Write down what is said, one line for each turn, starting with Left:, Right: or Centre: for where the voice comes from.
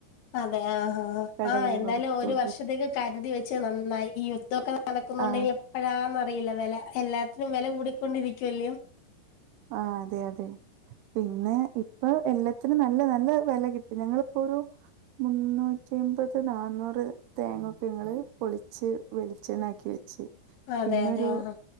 Left: അതെ ആഹ്
Right: കടേല്
Left: ആഹ് എന്തായാലും
Right: കൊടുത്തു
Left: ഒരു വർഷത്തേക്ക് കരുതി വെച്ച് നന്നായി ഈ യുദ്ധമൊക്കെ നടക്കുന്നുണ്ട്.
Right: ആഹ്
Left: ഇ അഴാന്ന അറിയില്ല വില എല്ലാത്തിനും വില കൂടിക്കൊണ്ടിരിക്കുവല്ലയോ
Right: ആഹ് അതെ അതെ പിന്നെ ഇപ്പൊ എല്ലാത്തിനും നല്ല നല്ല വില കിട്ടി ഞങ്ങളിപ്പോ ഒരു. മുന്നൂറ്റി അപത് നാന്നൂറ് തേങ്ങൊക്കെ നിങ്ങൾ പൊളിച്ച് വെളിച്ചെണ്ണക്കി വെച്ച്.
Left: അതെ
Right: പിന്നരു
Left: അതെ ആഹ്